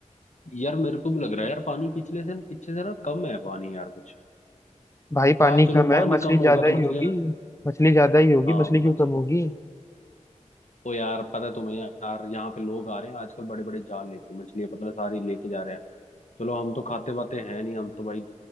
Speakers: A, on the left (about 65°); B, on the left (about 20°).
A: यार मेरे को भी लग रहा है यार पानी पिछले से पीछे से ना कम है पानी यार कुछ
B: भाई पानी
A: हाँ चलो
B: कम है
A: पानी
B: मछली
A: कम
B: ज्यादा
A: होगा तो मछलियाँ
B: ही होगी मछली ज्यादा ही होगी
A: हाँ
B: मछली क्यों
A: मछ
B: कम होगी
A: ओ यार पता है तुम्हें यार यहाँ पे लोग आ रहे हैं आजकल बड़े बड़े जाल लेके मछलियाँ पता है सारी लेके जा रहे हैं चलो हम तो खाते वाते हैं नहीं हम तो भाई